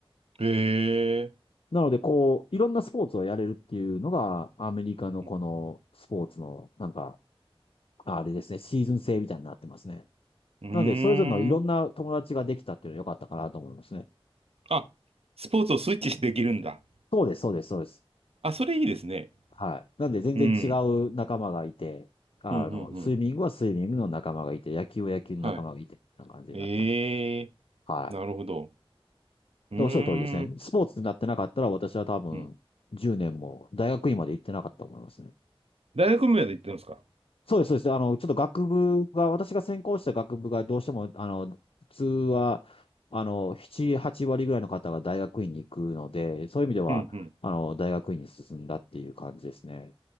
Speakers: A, on the right; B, on the left.
A: へえ。
B: なので、こう、いろんなスポーツをやれるっていうのが、アメリカのこのスポーツの、
A: うん。
B: なんか、あれですね、シーズン制みたいになってますね。
A: うー
B: なので、それぞれのいろんな友達ができたっていうのは良かったかなと思いますね。
A: んあ、スポーツをスイッチしてできるんだ。
B: そうです、そうです、そうです。
A: あ、それいいですね。
B: はい。なんで、全然違う仲間がいて、
A: うん。
B: あの、
A: うん、うん、うん。
B: スイミングはスイミングの仲間がいて、野球は野球の仲間がいて、
A: はい。
B: みたいな感じになってたので。
A: ええ、
B: はい。
A: なるほど。うーん。
B: でおっしゃる通りですね。スポーツになってなかったら、私は多分、
A: うん。
B: 10年も大学院まで行ってなかったと思いますね。
A: 大学まで行ってますか
B: そうです、そうです。あの、ちょっと学部が、私が専攻した学部がどうしても、あの、普通は、あの、7、8割ぐらいの方が大学院に行くので、そういう意味では、
A: うん、うん。
B: あの、大学院に進んだっていう感じですね。